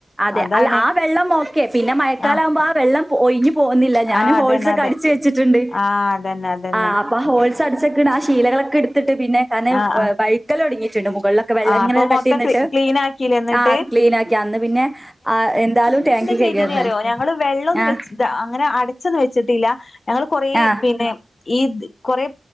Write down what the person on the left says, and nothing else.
അതാണ്
ആഹ്
ആഹ്
അതന്നെ
അതെ
ആഹ് അതന്നെ അതന്നെ
ആഹ് ആഹ്
ആഹ്
അപ്പൊ
മൊത്തം
ക്ലീ ക്ലീൻ ആക്കില്ലേ എന്നിട്ട്
ചെയ്തേനി
അറിയോ ഞങ്ങള് വെള്ളൊന്നും
വെച്ച്ട്ട അങ്ങനെ അടച്ചി അടചൊന്നും വെച്ചിട്ടില്ല ഞങ്ങള് കൊറേ
പിന്നെ ഈ ഇത് കൊറെ